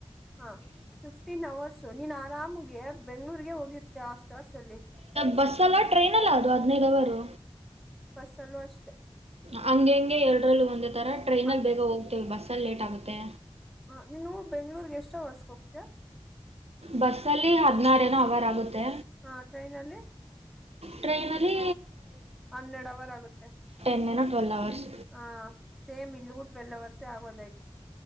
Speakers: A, in the centre; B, on the right (about 70°).
A: ಹಾ ಫಿಫ್ಟೀನ್ ಅವರ್ಸು ನೀನ್ ಆರಾಮ್ಗೆ ಬೆಂಗ್ಳೂರ್ಗೆ ಹೋಗಿತ್ತೆ ಅಷ್ಟು ಅವರ್ಸ್ ಅಲ್ಲಿ
B: ಬಸಲಟ್ ಟ್ರೈನ್ ಎಲ್ಲ ಅದು ಹದ್ಿನೈದವರು
A: ಚಲೋ ಅಷ್ಟೇ
B: ಹಂಗೆ ಹಂಗೆ ಎರಡರಲ್ಲಿೂ ಒಂದ ತರ ಟ್ರೈನ್
A: ಆ
B: ಅಲ್ಲಿ ಬೇಗ ಹೋಗ್ತವೆ ಬಸ್ ಲೇಟ್ ಆಗುತ್ತೆ
A: ಹ ನೀನು ಬೆಂಗ್ಳೂರ್ಗೆ ಎಷ್ಟ ಹೊರ್ಸ್ಕ ಹೋಗ್ತೀಯಾ
B: ಬಸ್ಲ್ಲಿ ಹದ್ಿನಾರ ನ ಅವರ್ ಆಗುತ್ತೆ
A: ಹಾ ಟ್ರೈನಲ್ಲಿ
B: ಟ್ರೈನ ಅಲ್ಲಿ
A: ಹಂಡ್ರೆಡ್ ಅವರ್ ಆಗುತ್ತೆ
B: ಟೆನ್ ಏನೋ ಟ್ವೆಲ್ ಅವರ್ಸ್
A: ಆ ಸೇಮ್ ಇಲ್ೂ ಟ್ವೆಲ್ವ ಅವರ್ಸ್ ಆೋದ್